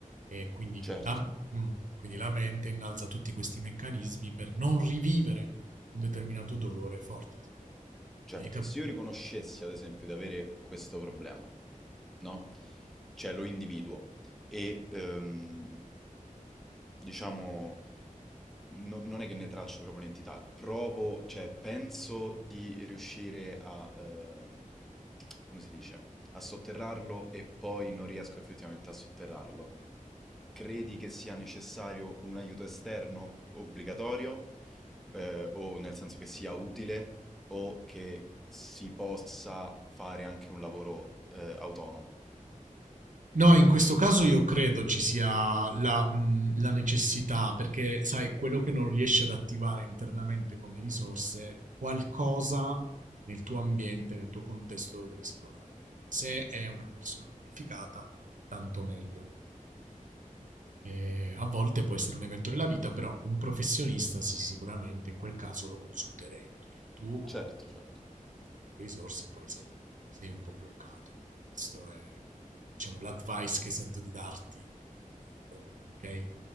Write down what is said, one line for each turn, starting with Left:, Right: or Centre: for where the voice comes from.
Right: E quindi
Centre: Certo.
Right: la, mm, quindi la mente innalza tutti questi meccanismi per non rivivere un determinato dolore forte, tipo a
Centre: Certo,
Right: me è cap-
Centre: se io riconoscessi ad esempio di avere questo problema, no? Cioè lo individuo e ehm, diciamo no- non è che ne traccio proprio l'entità, provo, cioè penso di riuscire a, ehm, come si dice, a sotterrarlo e poi non riesco effettivamente a sotterrarlo credi che sia necessario un aiuto esterno obbligatorio, eh, o nel senso che sia utile, o che si possa fare anche un lavoro, eh, autonomo?
Right: No, in questo caso io credo ci sia la, mh, la necessità, perché sai, quello che non riesci ad attivare internamente come risorse, qualcosa nel tuo ambiente, nel tuo contesto lo deve spronare. Quindi se è una persona qualificata, tanto meglio. Eh, a volte può essere un evento della vita, però un professionista sì, sì, sicuramente in quel caso lo consulterei, perché tu con
Centre: Certo,
Right: le, tu-
Centre: certo.
Right: con le tue risorse poi sei, sei un po' bloccato. Questo è, diciamo, l'advice che sento di darti in merito, ok?